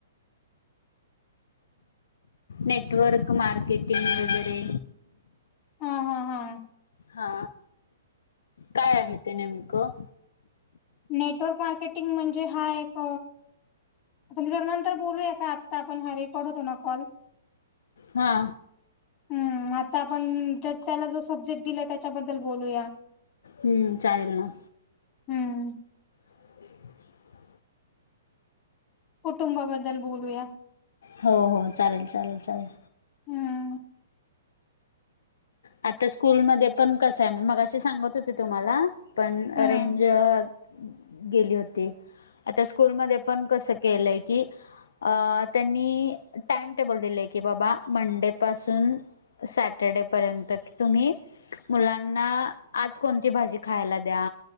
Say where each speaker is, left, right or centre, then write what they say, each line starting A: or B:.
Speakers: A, on the left; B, on the left.
A: नेटवर्क मार्केटिंग वगैरे
B: हा हा हा.
A: हा काय आहे ते नेमकं?
B: नेटवर्क मार्केटिंग म्हणजे हा एक आपण जरा नंतर बोलूया का आत्ता आपण हा रेकॉर्ड होतो ना कॉल
A: हा.
B: हम्म आता आपण तर त्याला जो सब्जेक्ट दिला त्याच्याबद्दल बोलूया.
A: हम्म चालेल ना.
B: हम्म.
A: <inaudible>
B: कुटुंबाबद्दल बोलूया.
A: हो हो चालेल चालेल चालेल.
B: हम्म
A: आता स्कूलमध्ये पण कसं आहे मी मगाशी सांगत होते तुम्हाला पण
B: हम्म
A: रेंज वा गेली होती आता स्कूलमध्ये पण कसं केलंय की अ त्यांनी टाइम टेबल दिलेय की बाबा मंडे पासून सॅटर्डे पर्यं त तुम्ही मुलांना आज कोणती भाजी खायला द्या.